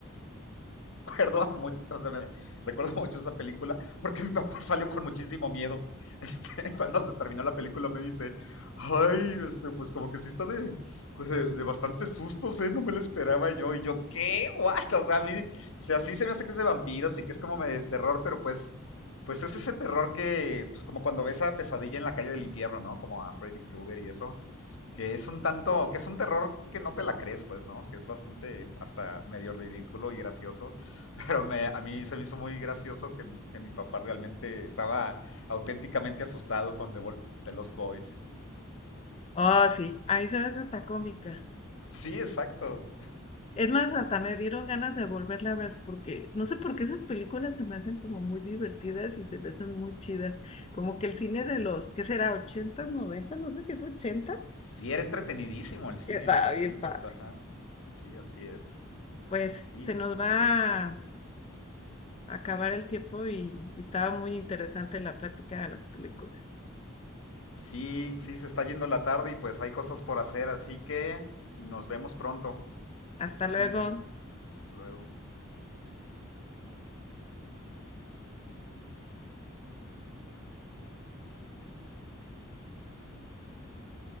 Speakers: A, on the left; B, on the left.
A: acuerdo <laughs> mucho, o sea, me recuerdo mucho esa película porque mi papá salió con muchísimo miedo. <laughs> Este, cuando se terminó la película me dice, ay, este, pues como que sí está de, pues de, de bastantes sustos, ¿eh? No me lo esperaba yo. Y yo, ¿qué? ¿What? O sea, a mí, o sea, sí se me hace que es de vampiros y que es como de terror, pero pues, pues es ese terror que, pues como cuando ves a Pesadilla en la calle del infierno, ¿no? Como a Freddy Krueger y eso que es un tanto, que es un terror que no te la crees, pues, ¿no? Que es bastante hasta medio ridículo y gracioso, <laughs> pero me, a mí se me hizo muy gracioso que, que mi papá realmente estaba auténticamente asustado con The, Vol- The Lost Boys.
B: Oh, sí, ahí se ve hasta cómica.
A: Sí, exacto.
B: Es más, hasta me dieron ganas de volverla a ver porque no sé por qué esas películas se me hacen como muy divertidas y se me hacen muy chidas. Como que el cine de los, ¿qué será? ochentas 90? No sé si es ochenta
A: Sí, era entretenidísimo el cine
B: Está
A: en los ochentas,
B: bien padre.
A: ajá. Sí, así es.
B: Pues
A: Sí,
B: se nos va acabar el tiempo y estaba muy interesante la plática de las películas.
A: sí, sí, se está yendo la tarde y pues hay cosas por hacer, así que nos vemos pronto.
B: Hasta
A: Que estés
B: luego.
A: muy bien. Hasta luego.